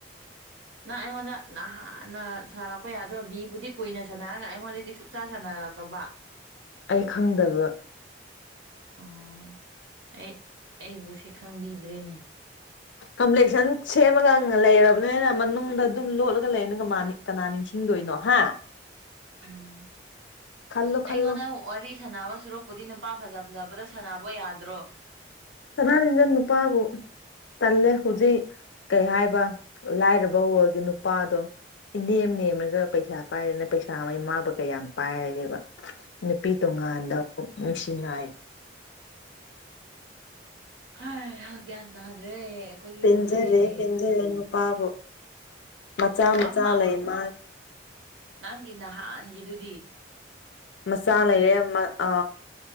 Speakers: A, on the right; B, on the left.
A: ꯅꯪ ꯑꯩꯉꯣꯟꯗ ꯅꯍꯥꯟꯅ ꯁꯥꯔꯛꯄ ꯌꯥꯗ꯭ꯔꯣ ꯕꯤꯕꯨꯗꯤ ꯀꯨꯏꯅ ꯁꯥꯟꯅꯔꯒ ꯑꯩꯉꯣꯟꯗꯗꯤ ꯁꯨꯡꯆꯥ ꯁꯥꯟꯅꯔꯦ ꯀꯝꯕ
B: ꯑꯩ ꯈꯪꯗꯕ
A: ꯑꯣ ꯑꯩ ꯑꯩꯕꯨꯁꯦ ꯈꯪꯕꯤꯗ꯭ꯔꯦꯅꯦ
B: ꯀꯝꯄ꯭ꯂꯦꯛꯁꯟ ꯁꯦꯝꯃꯒ ꯂꯩꯔꯕꯅꯤꯅ ꯃꯅꯨꯡꯗ ꯑꯗꯨꯝ ꯂꯣꯠꯂꯒ ꯂꯩꯅꯒꯅꯤ ꯀꯅꯥ ꯅꯤꯡꯁꯤ ꯁꯤꯤꯡꯗꯣꯏꯅꯣ ꯍꯥ
A: ꯎꯝ
B: ꯈꯜꯂꯣ ꯈꯜꯂꯣ
A: ꯑꯩꯉꯣꯟꯗ ꯋꯥꯔꯤ ꯁꯥꯟꯅꯕ ꯁꯨꯔꯣꯛꯄꯨꯗꯤ ꯅꯨꯄꯥ ꯐꯖ ꯐꯖꯕꯗ ꯁꯥꯟꯅꯕ ꯌꯥꯗ꯭ꯔꯣ
B: ꯁꯅꯥ ꯅꯤꯡꯟꯖꯟ ꯅꯨꯄꯥꯕꯨ ꯇꯜꯂꯦ ꯍꯧꯖꯤꯛ ꯀꯩ ꯍꯥꯏꯕ ꯂꯥꯏꯔꯕ ꯎꯔꯒꯤ ꯅꯨꯄꯥꯗꯣ ꯏ ꯅꯦꯝ ꯅꯦꯝꯔꯒ ꯄꯩꯁꯥ ꯄꯥꯏꯔꯦꯅ ꯄꯩꯁꯥ ꯑꯃꯃꯥꯕ ꯀꯌꯥꯝ ꯌꯥꯝ ꯄꯥꯏꯔꯒꯦꯕ ꯅꯨꯄꯤ ꯇꯣꯉꯥꯟꯗ ꯄꯨꯛ ꯅꯨꯡꯁꯤꯅꯏ
A: ꯍꯥꯏꯍ ꯒ꯭ꯌꯥꯟ ꯇꯥꯗ꯭ꯔꯦ ꯑꯩꯈꯣꯏꯒꯤ
B: ꯄꯦꯟꯖꯔꯦ
A: ꯄꯨꯟꯁꯤꯁꯦ
B: ꯄꯦꯟꯖꯔꯦ ꯅꯨꯄꯥꯕꯨ ꯃꯆꯥ ꯃꯆꯥ
A: ꯑꯃ
B: ꯂꯩ ꯃꯥ
A: ꯅꯪꯒꯤ ꯅꯍꯥꯟꯥꯟꯒꯤꯗꯨꯗꯤ
B: ꯃꯆꯥ ꯂꯩꯔꯦ ꯑ